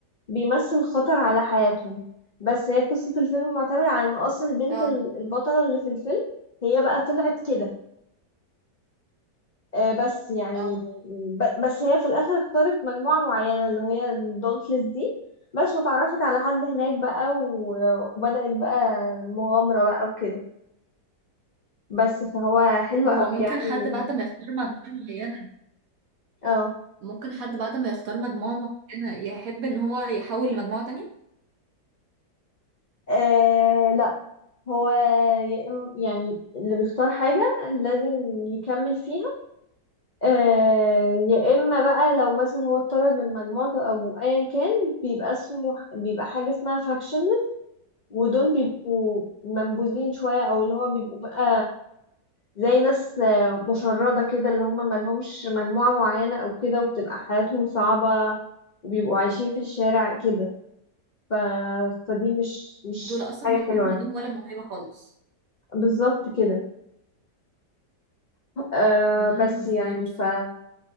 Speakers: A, on the left; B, on the right.
A: بيمثل خطر على حياتهم بس هي قصة الفيلم معتمدة على ان اصلا البنت
B: اه
A: ال- البطلة اللي في الفيلم هي بقى طلعت كده آه، بس يعني
B: اه
A: ب- بس هي في الاخر اختارت مجموعة معينة اللي هي الدونتلس دي بس وتعرفت على حد هناك بقى و- وبدأت بقى المغامرة بقى وكده بس فهو حلو
B: طب
A: قوي
B: هو ممكن
A: يعني
B: حد بعد ما يختار مجموعة معينة
A: اه
B: ممكن حد بعد ما يختار مجموعة معينة يحب ان هو يحول لمجموعة تانية
A: آه، لا هو يا إم- يعني اللي بيختار حاجة لازم يكمل فيها آه، يا إما بقى لو مثلا هو اتطرد من مجموعته أو أيا كان بيبقى اسمه بيبقى حاجة اسمها faction ودول بيبقوا منبوذين شوية أو اللي هو بيبقوا بقى زي ناس آه، مشردة كده اللي هم ملهمش مجموعة معينة أو كده وبتبقى حياتهم صعبة وبيبقوا عايشين في الشارع كده ف... فدي مش مش
B: دول اصلا
A: حاجة
B: ما يكونش
A: حلوة يعني
B: عندهم ولا موهبة خالص
A: بالظبط كده أه
B: امم
A: بس
B: فهمت
A: يعني ف...
B: فهمت